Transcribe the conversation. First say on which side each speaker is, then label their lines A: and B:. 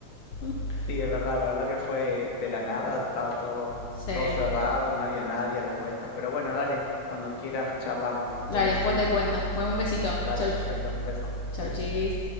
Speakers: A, on the left; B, on the left.
A: <laughs>
B: Sí, es verdad, la verdad que fue de la nada, estaba todo,
A: sí.
B: todo cerrado, no había nadie a las vueltas, pero bueno, dale, cuando quieras charlamos.
A: Dale,
B: Buenísimo.
A: después te cuento. Bueno, un besito.
B: Dale,
A: Chau.
B: perfecto, un beso.
A: Chau,
B: Adiós.
A: chis.